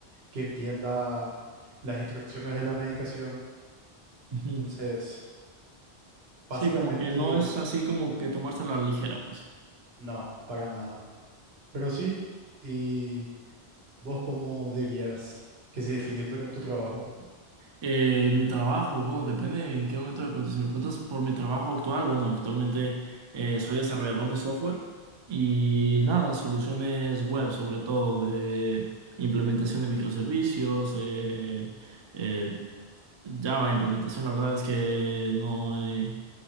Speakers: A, on the right; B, on the right.
A: que entienda las instrucciones de la medicación.
B: Ujú.
A: Entonces, básicamente,
B: Sí, como que no es así como que tomársela a la ligera, pues.
A: no, para nada. Pero sí, ¿y vos cómo dirías que se define tu, tra- tu trabajo?
B: Eh, mi trabajo, bueno, depende en qué momento me preguntas. Si me preguntas por mi trabajo actual, bueno, actualmente eh, soy desarrollador de software y nada, soluciones web, sobre todo de implementación de microservicios, eh, eh, Java, implementación, la verdad es que no, eh,